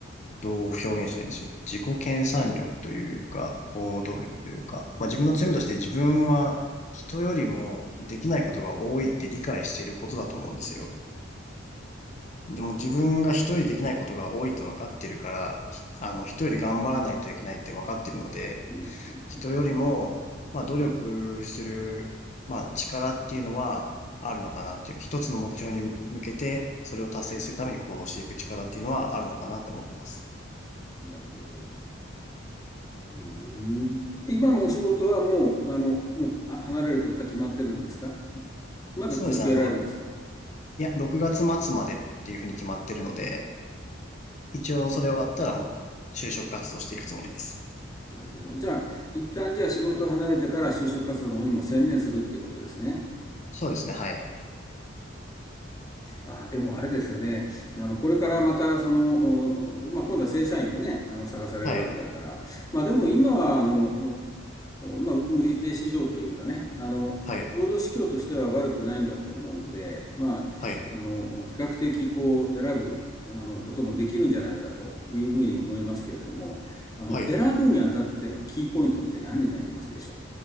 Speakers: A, on the left; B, on the left.
A: どう表現したらいいんでしょう。自己研鑽力というか、行動力というか、まあ自分の強みとして自分は人よりもできないことが多いって理解していることだと思うんですよ。でも自分が人よりできないことが多いと分かってるから、あの、人より頑張らないといけないって分かってるので、
B: うん。
A: 人よりも、まあ、努力する、まあ、力っていうのはあるのかなっていう、一つの目標に向けて、それを達成するために行動していく力っていうのはあるのかなと思ってます。
B: なるほど。うん今のお仕事はもう、あの、もうあ離れるってことは決まってるんですかまだ続けられるんですか
A: そうですね、あの、いや、6月末までっていうふうに決まってるので、一応それ終わったらもう就職活動していくつもりです。
B: なるほど。じゃあ、一旦じゃあ仕事を離れてから就職活動の方にも専念するっていうことですね。
A: そうですね、はい。
B: まあ、でもあれですよね。あの、これからまた、その、まあ、今度は正社員でね、あの、探されるわけだから。
A: はい、
B: まあ、でも今は、あの、まあ、売り手市場というかね、あの、
A: はい、
B: 労働市況としては悪くないんだと思うんで、まあ、
A: はい、
B: あの、比較的こう、選ぶ、あの、こともできるんじゃないかというふうに思いますけれども、あの、
A: はい。
B: 選ぶにあたってのキーポイントって何になりますでしょう